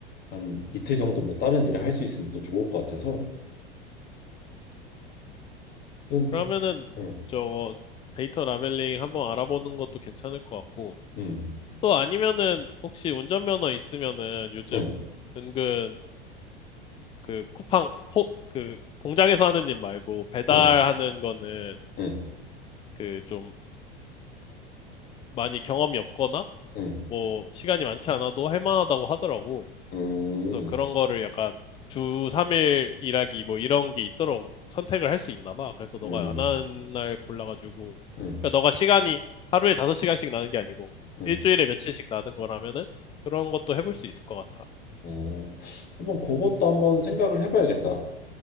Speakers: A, on the left; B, on the left.
A: 한 이틀 정도 뭐 다른 일을 할 수 있으면 또 좋을 것 같아서. 음,
B: 그러면은
A: 음,
B: 저 데이터 라벨링 한번 알아보는 것도 괜찮을 것 같고,
A: 음,
B: 또 아니면은 혹시 운전면허 있으면은 요즘
A: 음,
B: 은근 그 쿠팡 포, 그 공장에서 하는 일 말고 배달하는
A: 음,
B: 거는
A: 음,
B: 그 좀 많이 경험이 없거나
A: 음,
B: 뭐 시간이 많지 않아도 할 만하다고 하더라고.
A: 음,
B: 그래서 그런 거를 약간 주 3일 일하기 뭐 이런 게 있도록 선택을 할 수 있나 봐. 그래서 너가
A: 음,
B: 안 하는 날 골라가지고
A: 음,
B: 그러니까 너가 시간이 하루에 5시간씩 나는 게 아니고
A: 음.
B: 일주일에 며칠씩 나는 거라면은 그런 것도 해볼 수 있을 것 같아.
A: 어, 한번 그것도 한번 생각을 해봐야겠다.